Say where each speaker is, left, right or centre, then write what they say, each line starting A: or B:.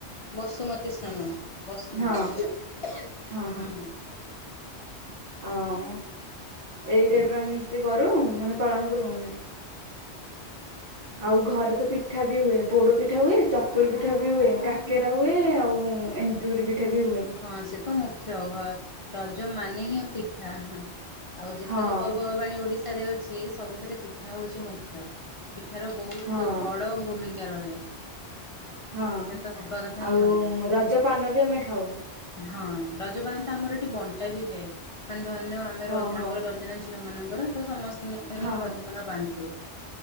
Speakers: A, on the left (about 40°); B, on the right (about 50°).
A: ବସୁମତୀ ସ୍ନାନ ବସୁମତୀ
B: ହଁ ହଁ ହଁ
A: ହୁଁ।
B: ଆଉ ଏଇ ଟାଇପର ଏମତି କରୁ ମାନେ ପାଳନ କରୁ ଆମେ ଆଉ ଘରେ ତ ପିଠା ବି ହୁଏ ପୋଡ ପିଠା ହୁଏ ଚକୁଳି ପିଠା ବି ହୁଏ କାକେରା ହୁଏ ଆଉ ଏଣ୍ଡୁରି ପିଠା ବି ହୁଏ।
A: ହଁ ସେ ତ ମୁଖ୍ୟ ଘ ରଜ ମାନେ ହିଁ ପିଠା। ଆଉ ଯେତେକ
B: ହଁ
A: ପର୍ବପର୍ବାଣୀ ଓଡିଶାରେ ଅଛି ସବୁଥିରେ ପିଠା ହଉଛି ମୁଖ୍ୟ। ପିଠାର ବହୁତ
B: ହଁ।
A: ବଡ ଭୂମିକା ରହେ।
B: ହଁ
A: ପଠା ତ ହବା କଥା
B: ଆଉ
A: ହିଁ ହବ।
B: ରଜ ପାନ ବି ଆମେ ଖାଉ।
A: ହଁ ରଜପାନ ତ ଆମର ଏଠି ବଣ୍ଟା ବି ଯାଏ ମାନେ ଧରି ନିଅ ଆମେ ରଜ
B: ଓହୋ
A: ଆମର ଝିଅ ମାନଙ୍କର ତ ସମସ୍ତ ଆମେ
B: ହଁ ହଁ।
A: ରଜପାନ ବାଣ୍ଟୁ।